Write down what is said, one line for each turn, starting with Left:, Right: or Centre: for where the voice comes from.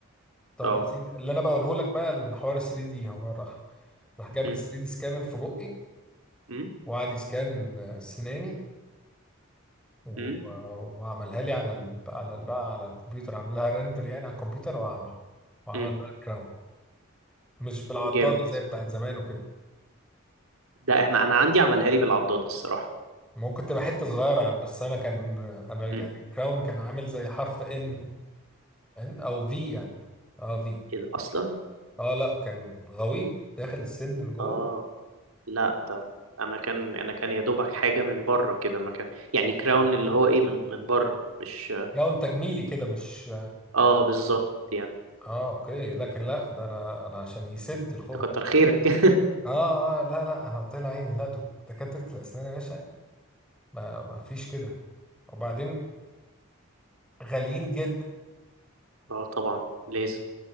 Centre: طب
Right: اه
Centre: يا سيدي اللي انا بقوله لك بقى الحوار 3 دي هو راح راح جاب
Right: أم،
Centre: لي 3 دي سكانر في بقي
Right: أم،
Centre: وقعد يسكان آه، سناني و-
Right: أم،
Centre: وعملها لي على ال... على ال... بقى على الكمبيوتر عامل لها ريندر يعني على الكمبيوتر وعمله وعمل
Right: أم.
Centre: باك جراوند مش بالعضاده
Right: جامد
Centre: زي بتاعت زمان وكده
Right: ده احنا انا عندي عملها لي بالعضاد الصراحة
Centre: ممكن تبقى حته صغيره يعني بس انا كان انا
Right: مم.
Centre: يعني الكراون كان عامل زي حرف ان ان او في يعني اه في
Right: ايه ده اصلا
Centre: اه لا كان غويط داخل السن اللي جوه
Right: اه لا ده انا كان انا كان يا دوبك حاجة من بره كده ما كان يعني كراون اللي هو ايه من من بره مش
Centre: كراون تجميلي كده مش
Right: اه بالظبط يعني
Centre: اه اوكي لكن لا ده انا انا عشان يسد الخرم
Right: تكتر خيرك
Centre: اه اه لا لا انا طلع عيني لا دك- دكاتره الاسنان يا باشا ما ما فيش كده وبعدين غاليين جدا
Right: <laughs> اه طبعا لازم